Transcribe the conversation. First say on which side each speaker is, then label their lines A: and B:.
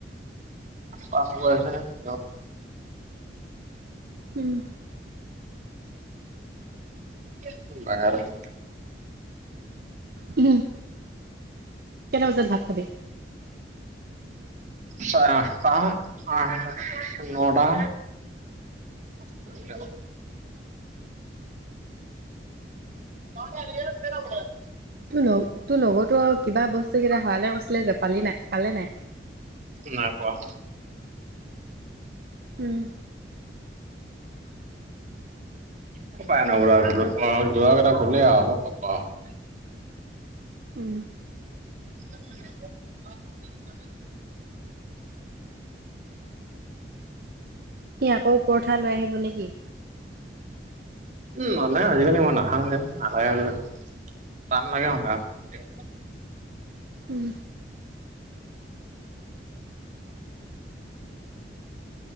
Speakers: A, on the right; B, on the right.
A: কাম কৰি আছে ভিতৰত।
B: উম,
A: মই বাহিৰত আছো।
B: উম কেইটা বজাত ভাত খাবি?
A: চাৰে আঠটা নটা। <unintelligible> <unintelligible>
B: তোৰ লগ তোৰ লগৰটোৰ কিবা বস্তু কেইটা হেৰালে কৈছিলে যে পালি নাই পালে নাই?
A: নাই পোৱা।
B: উম
A: ক'ত পায়নো আৰু যোৱাকেইটা গ'লে আৰু কত পাব আৰু।
B: উম
A: <inaudible> <inaudible>
B: সি আকৌ পৰঠা লৈ আহিব নেকি?
A: উম নানে আজিকালি মই নাখাওঁ যে নালাগে বুলি কৈ দিলো টান লাগে সদায়। সদায়
B: উম